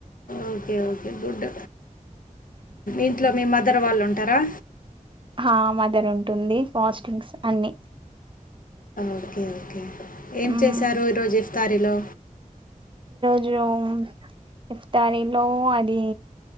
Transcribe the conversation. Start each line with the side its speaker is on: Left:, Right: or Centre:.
Left: ఓకే ఓకే గుడ్ ఇంట్లో మీ మదర్ వాళ్ళు ఉంటారా
Right: మా మదర్ ఉంటుంది ఫాస్టింగ్స్ అన్ని
Left: ఓకే ఓకే ఏం
Right: మ్మ్.
Left: చేశారు ఈరోజు ఇఫ్తారీలో
Right: యోమ్ ఇఫ్తారిలో అది